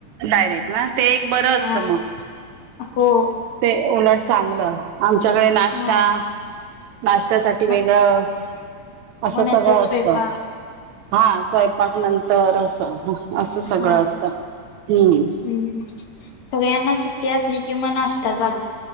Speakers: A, on the right; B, on the left.
A: डायरेक्ट ना ते एक बरं असतं
B: हा
A: मग.
B: हो.
A: ते उलट चांगल. आमच्याकडे नाश्ता
B: हा
A: नाश्त्यासाठी
B: म
A: वेगळं असं
B: मग नंतर
A: सगळं असतं.
B: स्वयंपाक
A: हां स्वयंपाक नंतर असं, असं सगळं
B: हा
A: असतं हम्म.
B: हम्म हम्म सगळ्यांना सुट्टी असली कि मग नाश्ता चाल